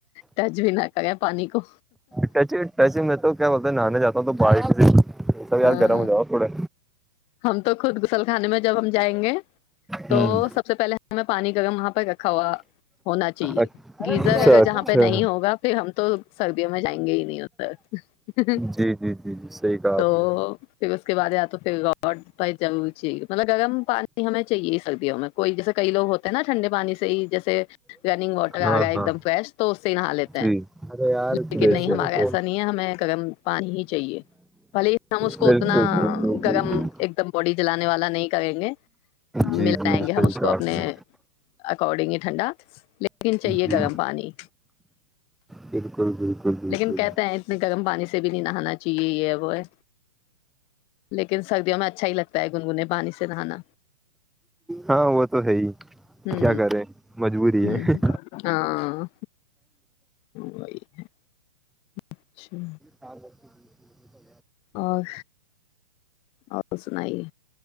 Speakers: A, on the left; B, in the centre.
A: ٹچ بھی نہ کریں پانی کو
B: ٹچ ٹچ میں تو کیا بولتے ہیں نہانے جاتا تو بائیس دن سب یار
A: ہاں
B: جرا میں جاؤ پڑے
A: ہم تو خود غسل خانے میں جب ہم جائیں گے تو
B: ہوں
A: سب سے پہلے ہمیں پانی کا اگر وہاں پہ رکھا ہوا ہونا چاہیے
B: اچھا
A: گیزر اگر
B: اچھا
A: جہاں پہ نہیں ہوگا پھر ہم تو سردیوں میں جائیں گے ہی نہیں ادر
B: جی جی جی جی صحیح کہا
A: تو
B: آپ نے
A: پھر اس کے بعد یا تو پھر بڈ پ جا چے مط گ پانی ہمیں چاہیے یہ سب بھی میں کوئی جیس کئی لو ہوتے نا ٹھنڈے پانی سے ہی جیسے رننگ واٹر آ
B: ہاں
A: گیا ایک
B: ہاں
A: دم فریش تو اس سے نہا لیتے ہیں
B: جی
A: لیکن
B: بے
A: نہیں
B: شک
A: ہمارا ایسا نہیں ہے ہمیں گرم پانی ہی چاہیے بھلے ہم اس کو
B: بالکل
A: اتنا
B: بالکل
A: گرم
B: بالکل
A: ایک دم باڈی جلانے والا نہیں کریں گے
B: جی
A: مل
B: جی
A: جائیں گے ہم
B: صحیح
A: اس کو
B: کہا
A: اپنے
B: آپ نے
A: گ ھنڈات لیکن چاہیے
B: جی
A: گرم پانی
B: بالکل بالکل بالکل
A: لیکن کہتے ہیں اتنے گرم پانی سے سے بھی نہیں نہانا چاہیے یہ وہ ہے لیکن س ہ م میں اچھا ہی لگتا پگنگنے پانی سے نہانا
B: ہاں وہ تو ہے ہی
A: ہ
B: کیا کریں مجبوری
A: ہ
B: ہے
A: ہاں وہی ہے اچھا
B: ہاں ب
A: اور اور سنائیے